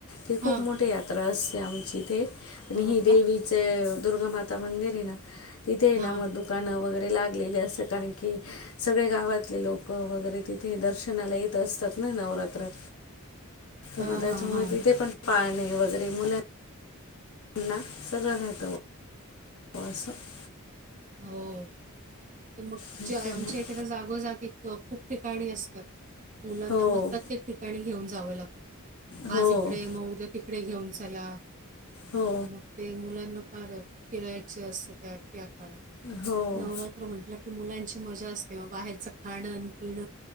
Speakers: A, on the left (about 85°); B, on the right (about 35°).
A: ती
B: हा
A: खूप मोठी यात्रा असते आमची इथे आणि
B: हो
A: हि देवी
B: का?
A: दुर्गामाता मंदिर आहे ना तिथे आहे
B: हां.
A: ना मग दुकान वगैरे लाग गेले असते कारण की सगळे गावातले लोक वगैरे तिथे दर्शनाला येत असतात ना नवरात्रात तर
B: हां,
A: मग त्याच्यामुळे
B: हां, हां.
A: तिथे पण पाणी वगैरे मुला ना सगळं राहत. <unintelligible>
B: हो. मग
A: त्याच्यामुळे.
B: ज आमच्या इथ जागोजागी खूप ठिकाणी असतात. मुलांना
A: हो.
B: मग प्रत्येक ठिकाणी घेऊन जावं लागतं.
A: हो.
B: आज इकडे मग उद्या तिकडे घेऊन चला.
A: हो.
B: मग ते मुलांना फार फिरायचे असत त्यात त्या काळात
A: हो.
B: नवरात्र म्हटलं की मुलांची मजा असते बाहेरच खाण पिण